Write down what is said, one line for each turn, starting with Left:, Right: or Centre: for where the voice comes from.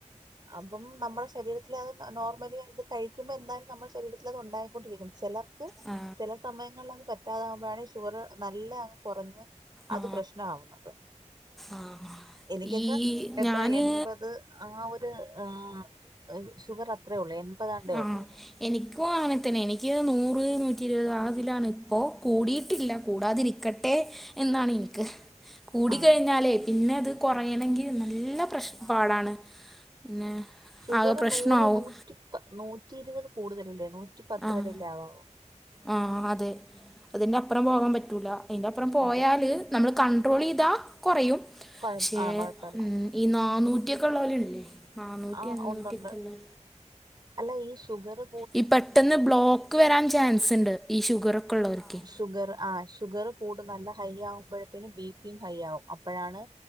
Right: അപ്പം നമ്മുടെ ശരീരത്തിലത് നോർമലി അത് കഴിക്കുമ്പോ എന്തായ്ലും നംളെ ശരീരത്തില് അതൊണ്ടായ്ക്കൊണ്ടിരിക്കും ചെലർക്ക്
Centre: ആ
Right: ചെല സമയങ്ങളിലൊന്നും പറ്റാതാവുമ്പഴാണ് ഈ ഷുഗറ് നല്ലോ അങ്ങ് കൊറഞ്ഞ് അത്
Centre: ആ
Right: പ്രശ്നാവുന്നത്
Centre: ആ
Right: എനിക്കക്ക
Centre: ഈ ഞാന്
Right: എത്ര എൺപത് ആഹ് ഒര് ആഹ് ഷുഗറ് അത്രേ ഒള്ള് എൺപതാണ്ടേ
Centre: ആഹ്
Right: ഒള്ളൂ
Centre: എനിക്കും അങ്ങനെ തന്നെ എനിക്ക് നൂറ് നൂറ്റി ഇരുപത് ആതിലാണിപ്പോ കൂടീട്ടില്ല കൂടാതിരി ക്കട്ടെ എന്നാണ് ഇൻക്ക് കൂടിക്കഴിഞ്ഞാലേ
Right: ആഹ്
Centre: പിന്നെത് കൊറയണെങ്കി നല്ല പ്രശ് പാടാണ് പിന്നെ
Right: ഷുഗറ്
Centre: ആകെ പ്രശ്നമാവും
Right: നൂറ് നൂറ്റി പ നൂറ്റി ഇരുപത് കൂടുതലല്ലേ നൂറ്റി പത്ത്
Centre: ആഹ്
Right: വരല്ലേ ആവാവു.
Centre: ആഹ് അതെ അതിന്റെ അപ്പറം പോകാൻ പറ്റൂല അയ്ന്റപ്പറം പോയാൽ
Right: അതെ
Centre: നമ്മള് കൺട്രോളിയ്താ
Right: ആഹ്
Centre: കൊറയും
Right: കൊഴ
Centre: ഷേ
Right: ആഹ് കൊഴപ്പല്ല
Centre: ഉം ഈ നാന്നൂറ്റ്യൊക്കെള്ളോലില്ലേ നാന്നൂറ്റി
Right: ആഹ്
Centre: അഞ്ഞൂറ്റിയൊക്കെള്ളെ
Right: ഉണ്ടുണ്ട് അല്ല ഈ ഷുഗറ്
Centre: ഈ പെട്ടെന്ന് ബ്ലോക്ക് വരാൻ ചാൻസ് ഇണ്ട് ഈ ഷുഗറൊക്കെ ഇള്ളോൽക്കെ
Right: ഷുഗറ് ആഹ് ഷുഗറ് കൂടുന്നല്ല ഹൈയ്യാവ്മ്പഴ്ത്തേനും ബി പിം ഹൈയ്യാവും അപ് പഴാണ്